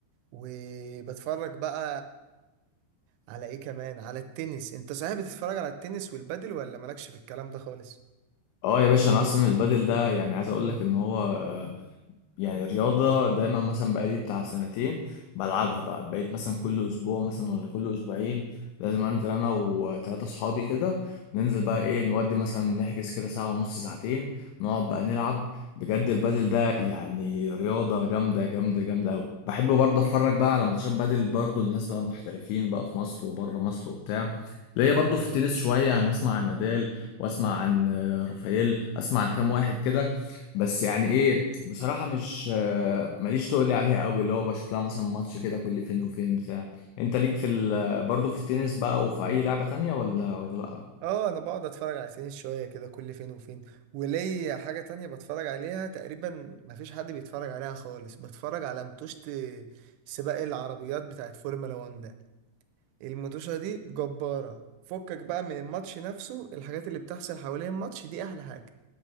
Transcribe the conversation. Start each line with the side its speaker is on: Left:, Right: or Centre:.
Right: وبتفرج بقى على إيه كمان على التنس أنت صحيح بتتفرج على التنس والبدل ولا مالكش في الكلام ده خالص؟
Left: اه يا باشا انا اصلا البادل ده يعني عايز اقول لك ان هو يعني رياضة دايما مثلا بقالي بتاع سنتين بلعبها بقى بقيت مثلا كل أسبوع مثلا ولا كل أسبوعين لازم أنزل أنا وتلاتة صحابي كده ننزل بقى إيه نودي مثلا نحجز كده ساعة ونص ساعتين نقعد بقى نلعب بجد البادل ده يعني رياضة جامدة جامدة جامدة أوي بحب برضه أتفرج بقى على ماتشات بادل برضه لناس بقى محترفين بقى في مصر وبره مصر وبتاع ليا برضه في التنس شوية يعني أسمع عن نادال وأسمع عن آه، رافائيل أسمع عن كام واحد كده بس يعني إيه بصراحة مش آه، ماليش تقول لي عليها قوي اللي هو بشوف لها مثلا ماتش كده كل فين وفين بتاع انت ليك في ال... برضه في التنس بقى وفي اي لعبة تانية ولا ولا لا
Right: اه انا بقعد اتفرج على سنين شويه كده كل فين وفين وليا حاجه تانية بتفرج عليها تقريبا مفيش حد بيتفرج عليها خالص بتفرج على متوشة سباق العربيات بتاعت فورمولا 1 ده المتوشة دي جبارة فكك بقى من الماتش نفسه الحاجات اللي بتحصل حوالين الماتش دي احلى حاجه